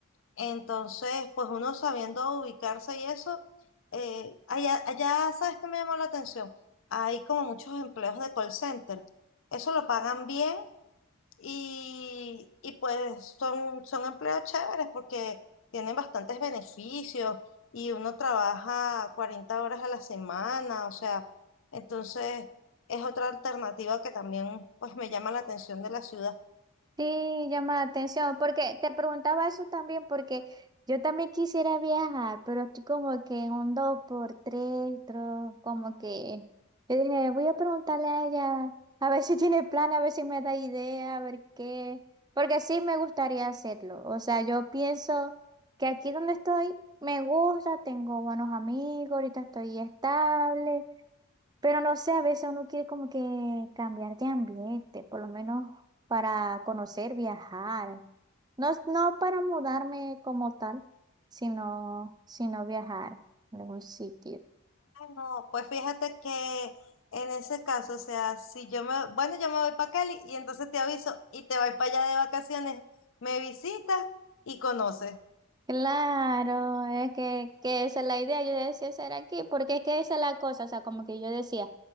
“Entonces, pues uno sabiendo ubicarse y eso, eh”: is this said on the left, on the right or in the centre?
Left